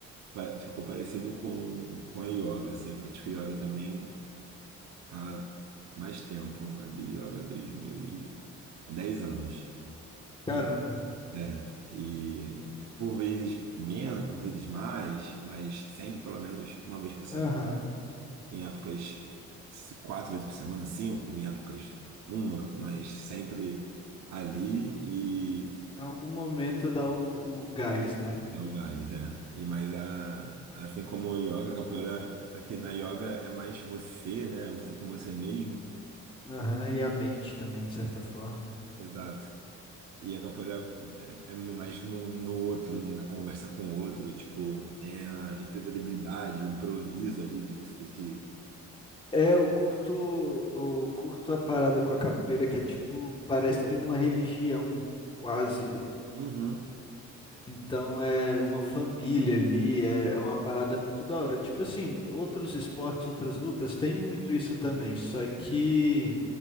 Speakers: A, on the right; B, on the left.
A: pa- ficou parecido com, com a yoga, assim. Eu pratico yoga também há mais tempo, uma de yoga 2010 anos.
B: Caramba.
A: E, é, e por vezes menos, por vezes mais, mas sempre pelo menos uma vez por semana.
B: Aham.
A: Em épocas se- quatro vezes por semana, cinco, em épocas uma, mas sempre ali e
B: Em algum momento dá o, o gás, né?
A: no gás, é. E, mas a, assim como a yoga, a capoeira, só que na yoga é mais você, né? Você com você mesmo.
B: Aham. E a mente também, de certa forma.
A: Exato. E a capoeira é, é mais no, no outro, né? Na conversa com o outro. Tipo, tem a imprevisibilidade, o improviso ali de você ter que.
B: É, eu curto, eu curto a parada com a capoeira que é tipo, parece uma religião, quase.
A: Uhum.
B: Então é uma família ali, é, é uma parada muito da hora. Tipo assim, outros esportes, outras lutas, tem muito isso também, só que